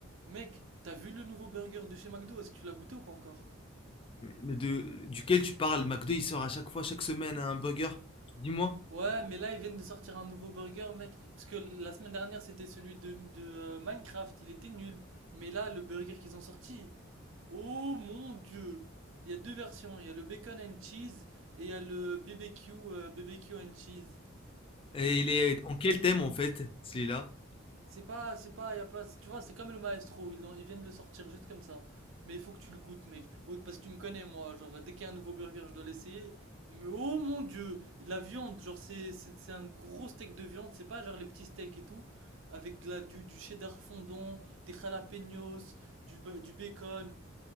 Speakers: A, on the right (about 65°); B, on the left (about 25°).
A: Mec, t'as vu le nouveau burger de chez McDo? Est-ce que tu l'as goûté ou pas encore?
B: Mais mais de, duquel tu parles? McDo, il sort à chaque fois, chaque semaine, un burger. Dis-moi.
A: Ouais, Non. mais là ils viennent de sortir un nouveau burger, mec. Parce que la semaine dernière c'était celui de, de, euh, Minecraft, il était nul. Mais là, le burger qu'ils ont sorti, oh mon dieu! Il y a deux versions, il y a le bacon and cheese et il y a le BBQ, euh, BBQ and cheese.
B: Et il est en quel thème, en fait, celui-là?
A: C'est pas, c'est pas, y a pas, tu vois, c'est comme le maestro, ils, l'ont- ils viennent de le sortir juste comme ça. Mais il faut que tu le goûtes, mec. Oh, parce que tu me connais, moi, genre, dès qu'il y a un nouveau burger, je dois l'essayer. Mais oh mon dieu, la viande, genre, c'est, c'est, c'est un gros steak de viande, c'est pas genre les petits steaks et tout, avec de la, du, du cheddar fondant, des jalapenos, du, ba- du bacon.